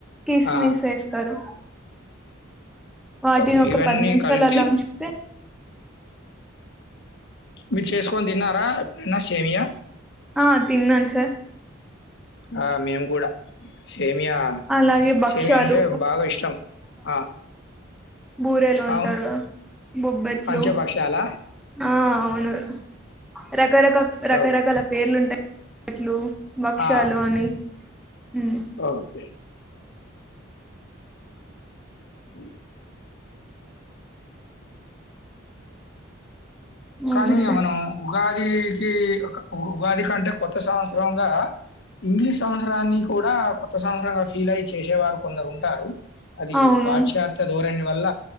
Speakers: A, in the centre; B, on the left.
A: కిస్మిస్
B: ఆ!
A: యేస్తరు వాటిని
B: ఓకే.
A: ఒక
B: ఇవన్నీ
A: పది నిమిషాలు
B: కలిపి
A: అలా ఉంచితే
B: మీరు చేసుకొని దిన్నారా న్న షేమియా
A: ఆ తిన్నాన్ సార్
B: ఆ మేము కూడా సేమియా
A: అలాగే భక్ష్యాలు
B: సేమియ అంటే బాగా ఇష్టం ఆ
A: బూరేలు అంటారుగా
B: అవును.
A: బొబ్బెట్లు
B: పంచభక్షాల?
A: ఆ అవును రకరక రకరకాల
B: ఓహ్!
A: పేర్లుంటాయిట్లు బక్షాలు
B: ఆ!
A: అని ఉమ్
B: ఓకే అవు
A: అవును
B: కానీ
A: సార్
B: మనం ఉగాదికి ఒక ఉగాది కంటే కొత్త సంవత్సరంగా ఇంగ్లీష్ సంవత్సరాన్ని కూడా కొత్త సంవత్సరంగా ఫీల్ అయి చేసేవారు కొందరుం టారు అది
A: అవును
B: పాశ్చాత్య ధోరణి వల్ల